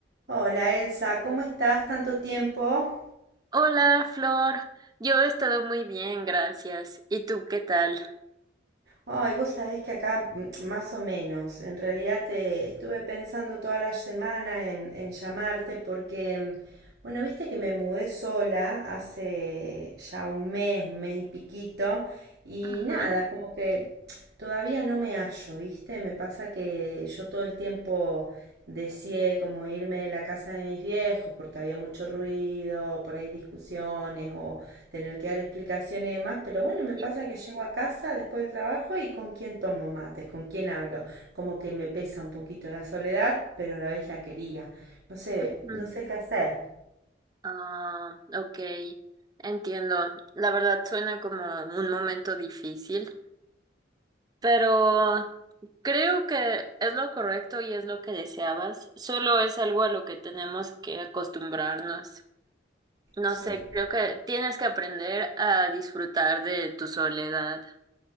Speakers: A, on the right; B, on the right.
A: Hola Elsa, ¿cómo estás? ¿Tanto tiempo?
B: Hola, Flor. Yo he estado muy bien, gracias. ¿Y tú qué tal?
A: Ay, vos sabés que acá mm, más o menos. En realidad te estuve pensando toda la semana en, en llamarte porque, mm, bueno, viste que me mudé sola hace ya un mes, un mes y piquito, y
B: Ujú,
A: nada, como que todavía no me hallo, ¿viste? Me pasa que yo todo el tiempo deseé como irme de la casa de mis viejos porque había mucho ruido, por ahí discusiones o tener que dar explicaciones y demás, pero bueno, me
B: sí,
A: pasa que llego a casa después del trabajo y con quién tomo mates, con quién hablo, como que me pesa un poquito la soledad, pero a la vez la quería. No sé,
B: ujú.
A: no sé qué hacer.
B: Ah, ok, entiendo. La verdad suena como un momento difícil, pero creo que es lo correcto y es lo que deseabas. Solo es algo a lo que tenemos que acostumbrarnos. No
A: Sí.
B: sé, creo que tienes que aprender a disfrutar de tu soledad.